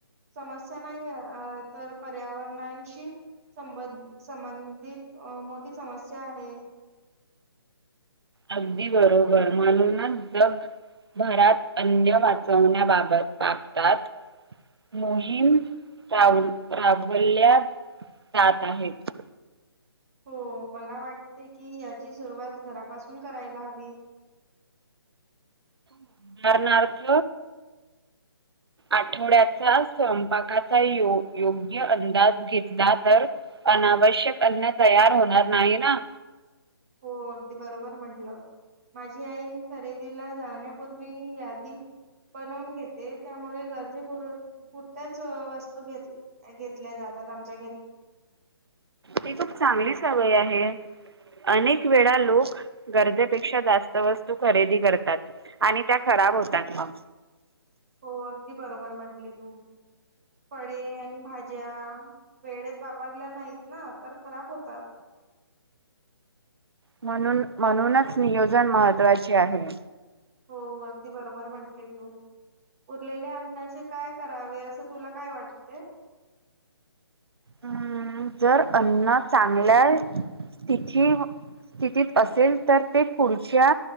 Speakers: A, on the right; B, on the right.
A: समस्या नाहीए अं - तर पर्यावरणशी संबंध संबंधित मोठी समस्या आहे.
B: अगदी बरोबर. म्हणूनच जगभरात अन्न वाचवण्याबाबत बाबतात मोहीम राबवल्या जात आहेत
A: हो, मला वाटते की याची सुरुवात घरापासून करायला हवी.
B: उदाहरणार्थ, आठवड्याचा स्वयंपाकाचा यो योग्य अंदाज घेतला तर अनावश्यक अन्न तयार होणार नाही ना?
A: हो अगदी बरोबर म्हंटलं. माझी आई खरेदीला जाण्यापूर्वी यादी बनवून घेते, त्यामुळे गरजेपर पुरततच वस्तू घेत घेतल्या जातात आमच्या घरी.
B: ही खूप चांगली सवय आहे. अनेक वेळा लोक गरजेपेक्षा जास्त वस्तू खरेदी करतात आणि त्या खराब होतात म.
A: हो, अगदी बरोबर म्हंटली तू. फळे आणि भाज्या वेळेत वापरल्या नाहीत ना तर खराब होतात.
B: म्हणून म्हणूनच नियोजन महत्त्वाचे आहे.
A: हो, अगदी बरोबर म्हंटले तू. उरलेले अन्नाचे काय करावे असे तुला काय वाटते?
B: हम् -जर अन्न चांगल्या स्थिथ स्थितीत असेल तर ते, पुढच्या